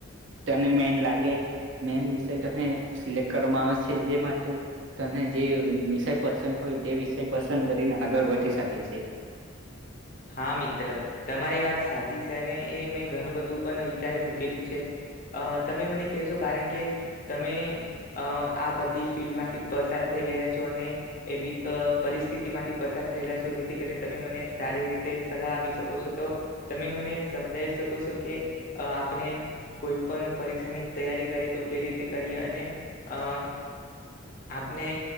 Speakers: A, on the right; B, on the left.
A: તને મેન લાગે મેન વિષય તને સિલેક્ટ કરવામાં આવે છે જે માટે તને જે વિષય પસંદ હોય તે વિષય પસંદ કરીને આગળ વધી શકે છે.
B: હા મિત્ર તમારી વાત સાચી છે અને એ મેં ઘણું બધું પણ વિચારે મૂકેલું છે તમે મને કહેશો કારણ કે તમે આ બધી ફિલ્ડમાંથી પસાર થઈ ગયા છો અને એવી પરિસ્થિતિ માંથી પસાર થયેલા છો જેથી કરીને તમે મને સારી રીત તે સલાહ આપી શકો છો તો તમે મને સમજાવી શકો છો કે આપણે કોઈ પણ પરીક્ષાની તૈયારી કરીએ તો કે રીતે કરીએ અને અ આપને